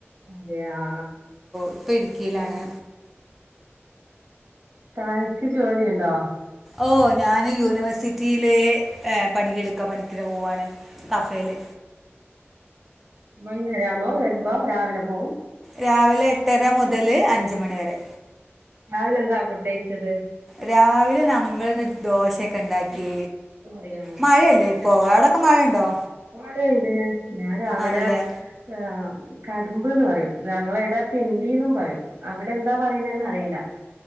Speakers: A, on the right (about 55°); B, in the centre.
A: അതെ ആ
B: ഇപ്പം ഇടുക്കിയിലാണ്
A: ആഹ തഴക്ക് ജോലിയ ഉണ്ടോ
B: ഓ ഞാൻ യൂണിവേഴ്സിറ്റിയില പണിടുക്കാം പണിക്കന് പോവവാണ് കഫേയില്
A: അനരാമോ വരുമ്പോ രാവിലെ പോകവും
B: രാവിലെ എട്ടര മുതൽ അഞ്ച് മണിവരെ
A: രാവിലെന്താ ഫുഡ് അയച്ചത്
B: രാവിലെ നമ്മള ഒന്ന് ദോശയൊക്കെ ഉണ്ടാക്കി
A: അതെയാ
B: മഴയല്ലേ ഇപ്പൊ എവിടൊക്കെ മഴ ഉണ്ടോ
A: ഇ ഉണ്ട് ഞാൻ രാവിലെ
B: ആണല്ലേ
A: ഹ കടുമ്പ്ന്ന് പറയും ഞങ്ങള എവിടാപ്പ പിണ്ടി പറയും അവിടെ എന്താ പറയുന്നന്ന് അറിയില്ല